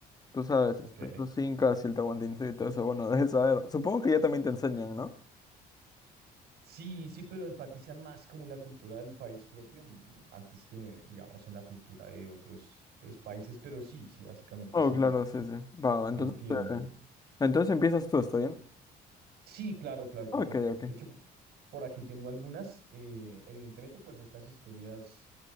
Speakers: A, on the left; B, on the right.
A: Tú sabes, este,
B: Ok.
A: los incas y el tahuantinsuyo y todo eso, bueno, <laughs> debes saber. Supongo que ya también te enseñan, ¿no?
B: Sí, sí, pero enfatizan más como la cultura del país propio mm, antes que, digamos, en la cultura de otros, otros países, pero sí, sí, básicamente
A: Oh,
B: sí,
A: claro, sí, sí. Va, va entonces,
B: entiendo.
A: eh, entonces empiezas tú, ¿está bien?
B: Sí, claro, claro, claro.
A: Ok, ok.
B: De hecho, p- por aquí tengo algunas. eh, evidentemente, pues estas historias,